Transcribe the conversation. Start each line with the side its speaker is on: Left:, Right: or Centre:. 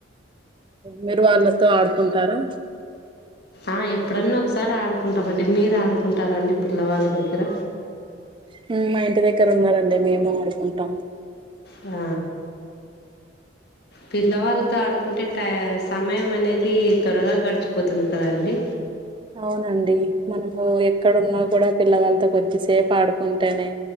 Right: మీరు వాళ్ళతో ఆడుకుంటారా
Left: ఆ ఎప్పుడన్నా ఒకసారి ఆడుకుంటాం అంటే మీరు ఆడుకుంటారండి పిల్లవాళ్ళ దగ్గర
Right: హ్మ్ మా ఇంటి దగ్గర ఉన్నారండి మేము అడుకుంటాం
Left: ఆ పిల్లవాళ్ళతో ఆడుకుంటే టై సమయం అనేది త్వరగా గడిచిపోతుంది కదా అండి
Right: అవునండి మనము ఎక్కడున్నా కూడా పిల్లవాలతో కొద్దిసేపు ఆడుకుంటేనే